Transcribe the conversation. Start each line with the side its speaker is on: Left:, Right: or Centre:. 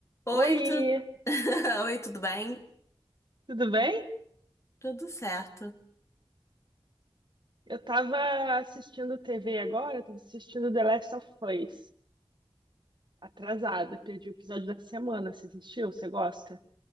Left: Oi,
Right: Oi,
Left: tu... <laughs> Oi, tudo bem?
Right: tudo bem?
Left: Tudo certo.
Right: Eu tava assistindo TV agora, eu tava assistindo The Last of Us. Atrasada, perdi o episódio da semana. Você assistiu? Você gosta?